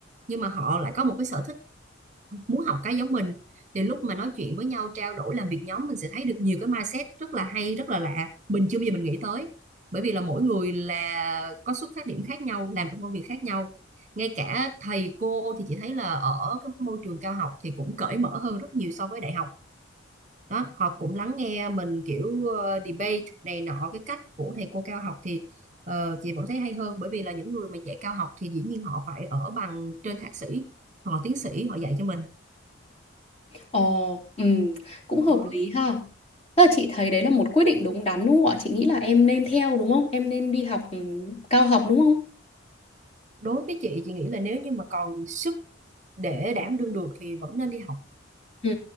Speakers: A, on the right; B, on the left.
A: nhưng mà họ lại có một cái sở thích muốn học cái giống mình thì lúc mà nói chuyện với nhau trao đổi làm việc nhóm mình sẽ thấy được nhiều cái mindset rất là hay rất là lạ mình chưa bao giờ mình nghĩ tới bởi vì là mỗi người là có xuất phát điểm khác nhau làm trong công việc khác nhau ngay cả thầy cô thì chị thấy là ở cái môi trường cao học thì cũng cởi mở hơn rất nhiều so với đại học đó họ cũng lắng nghe mình kiểu ờ, debate này nọ cái cách của thầy cô cao học thì ờ, chị vẫn thấy hay hơn bởi vì là những người mà dạy cao học thì dĩ nhiên họ phải ở bằng trên thạc sĩ hoặc là tiến sĩ họ dạy cho mình
B: Ồ, ừm, cũng hợp
A: đó
B: lý ha. Tức là chị thấy đấy là một quyết định đúng đắn đúng không ạ? Chị nghĩ là em nên theo đúng không? Em nên đi học ừm, cao học đúng không?
A: đối với chị chị nghĩ là nếu như mà còn sức để đảm đương được thì vẫn nên đi học
B: ừ,